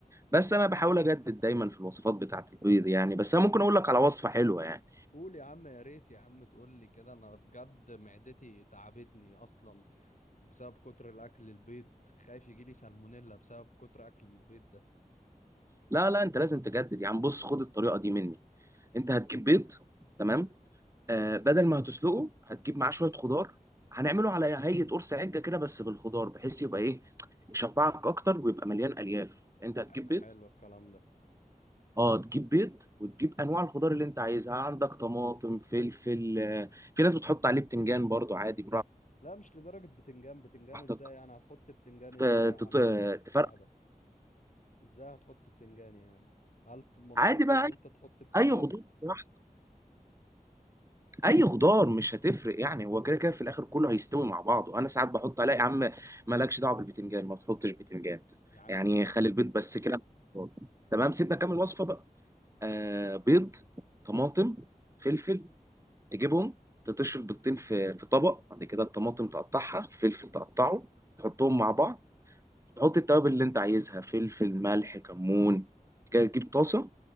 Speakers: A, on the right (about 20°); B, on the left (about 55°).
A: بس انا بحاول اجدد دايما في الوصفات بتاعة البيض يعني بس انا ممكن اقول لك على وصفة حلوة يعني
B: قول يا عم يا ريت يا عم تقول لي كده انا بجد معدتي تعبتني اصلا بسبب كتر الاكل البيض خايف يجي لي سالمونيلا بسبب كتر اكل البيض ده
A: لا لا انت لازم تجدد يعني بص خد الطريقة دي مني انت هتجيب بيض تمام آه بدل ما هتسلقه هتجيب معاه شوية خضار هنعمله على هيئة قرص عجة كده بس بالخضار بحيث يبقى ايه يشبعك اكتر ويبقى مليان الياف انت هتجيب
B: ح- حلو
A: بيض
B: الكلام ده
A: اه تجيب بيض وتجيب انواع الخضار اللي انت عايزها عندك طماطم فلفل آه، في ناس بتحط عليه بتنجان برضو عادي
B: لا مش لدرجة بتنجان بتنجان
A: براحتك
B: ازاي يعني هتحط بتنجان
A: ف-
B: ازاي على
A: تط-
B: البتاع
A: تفرق
B: ده ازاي هتحط بتنجان يعني هل منطقي
A: عادي بقى
B: ان
A: اي
B: انت تحط بتنجان
A: أي خضار براحتك اي خضار مش هتفرق يعني هو كده كده في الاخر كله هيستوي مع بعضه انا ساعات بحط عليه يا عم مالكش دعوه بالبتنجان ما تحطش بتنجان
B: يا عم
A: يعني
B: ماشي
A: خلي البيض بس كده تمام سيبنا كمل الوصفه بقى آه بيض طماطم فلفل تجيبهم تطش البيضتين في في طبق بعد كده الطماطم تقطعها الفلفل تقطعه تحطهم مع بعض تحط التوابل اللي انت عايزها فلفل ملح كمون بعد كده تجيب طاسة